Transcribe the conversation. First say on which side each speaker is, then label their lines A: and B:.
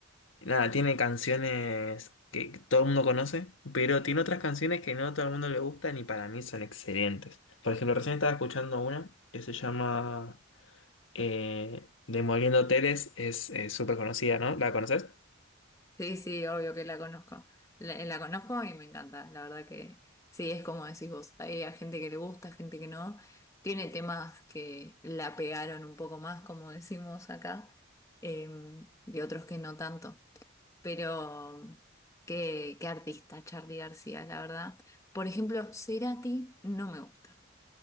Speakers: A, on the left (about 70°); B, on the left (about 15°).
A: Nada, tiene canciones que todo el mundo conoce, pero tiene otras canciones que no a todo el mundo le gustan y para mí son excelentes. Por ejemplo, recién estaba escuchando una que se llama eh, Demoliendo Hoteles, es eh, súper conocida, ¿no? ¿La conoces?
B: Sí, sí, obvio que la conozco. La, eh, la conozco y me encanta. La verdad que sí, es como decís vos. Hay a gente que le gusta, gente que no. Tiene temas que la pegaron un poco más, como decimos acá, eh, y otros que no tanto. Pero qué, qué artista, Charly García, la verdad. Por ejemplo, Cerati no me gusta.